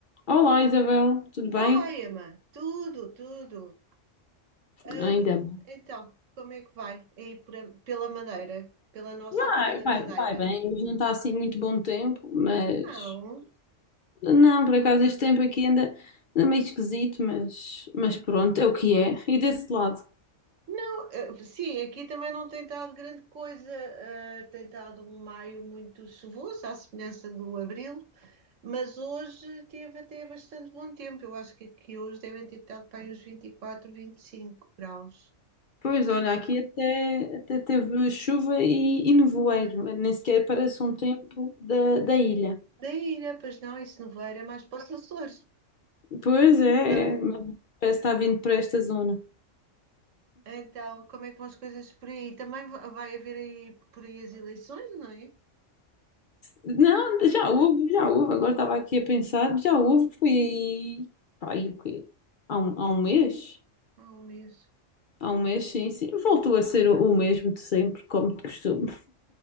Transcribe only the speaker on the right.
Olá, Emma. Tudo, tudo. Hum,
então, como é que vai aí por a- pela Madeira, pela nossa
querida
Madeira?
Não,
não. eh, sim, aqui também não tem estado grande coisa. eh, tem estado um maio muito chuvoso, à semelhança do abril, mas hoje teve até bastante bom tempo. Eu acho que aqui hoje devem ter estado para aí uns vinte e 25 graus.
Daí, né? Pois não, isso não vai, é mais para os Açores.
Não é?
Então, como é que vão as coisas por aí? Também va- vai haver aí por aí as eleições, não é?
Há um mês.